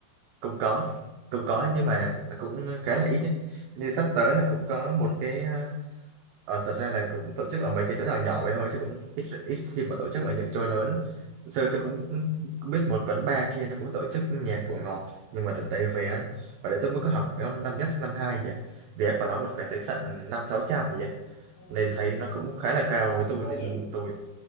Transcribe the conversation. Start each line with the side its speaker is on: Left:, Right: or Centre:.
Right: cũng có. Cũng có
Left: à
Right: nhưng mà nó cũng khá là ít đấy. Như sắp
Left: ừ
Right: tới là cũng có một cái... ở thật ra là cũng tổ chức ở mấy cái chỗ nhỏ nhỏ vậy thôi chứ cũng ít ít khi mà tổ chức ở những chỗ lớn lắm. Sơ tôi cũng cũng biết một quán bar kia nó cũng tổ chức nhạc của Ngọt nhưng mà đợt đấy vé ở đấy tôi mới có học cái năm nhất năm hai gì à. Vé
Left: ừ,
Right: của nó một vé tới tận năm sáu trăm gì á.
Left: ừ.
Right: nên thấy nó cũng khá là cao
Left: sao
Right: với
Left: mắc
Right: tôi
Left: quá
Right: nên
Left: vậy
Right: tôi